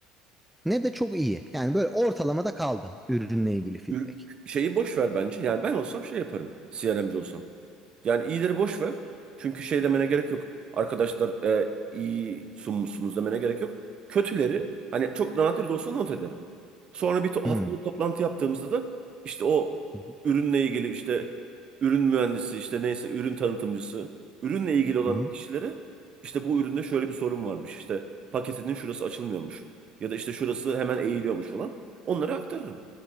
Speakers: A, in the centre; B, on the right.
A: ne de çok iyi. Yani böyle ortalamada kaldı ürünle ilgili feedback.
B: Ür- şeyi boş ver bence. Yani ben olsam şey yaparım. CRM'ci olsam. Yani iyileri boş ver. Çünkü şey demene gerek yok. Arkadaşlar e, iyi sunmuşsunuz demene gerek yok. Kötüleri hani çok nadir de olsa not ederim. Sonra bir to
A: Hmm.
B: haftalık toplantı yaptığımızda da işte o
A: Hı hı.
B: ürünle ilgili işte ürün mühendisi işte neyse ürün tanıtımcısı ürünle ilgili olan
A: Hı hı.
B: kişileri işte bu üründe şöyle bir sorun varmış. İşte paketinin şurası açılmıyormuş. Ya da işte şurası hemen eğiliyormuş falan. Onları aktarırım.